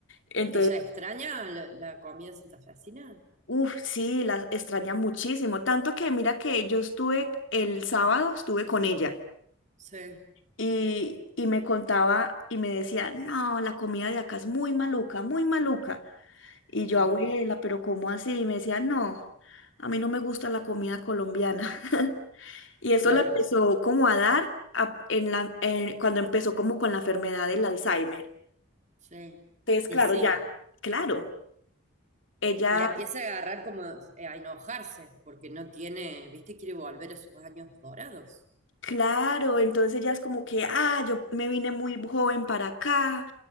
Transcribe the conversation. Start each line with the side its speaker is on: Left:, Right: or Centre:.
Left: Entonces,
Right: ¿Ella extraña la, la comida santafesina?
Left: uff, sí, la extraña muchísimo. Tanto que mira que yo estuve, el sábado estuve con ella
Right: Sí,
Left: y, y me contaba y me decía, no, la comida de acá es muy maluca, muy maluca. Y yo,
Right: ah,
Left: abuela, pero ¿cómo así? Y me decía, no, a mí no me gusta la comida colombiana. <laughs> Y eso
Right: claro,
Left: la empezó como a dar a- en la, en- cuando empezó como con la enfermedad del Alzheimer.
Right: sí.
Left: Entonces,
Right: Y
Left: claro,
Right: sí,
Left: ya, claro. Ella,
Right: y la empieza a agarrar como eh, a enojarse, porque no tiene, viste, quiere volver a sus años dorados,
Left: claro, entonces ella es como que, ah, yo me vine muy joven para acá.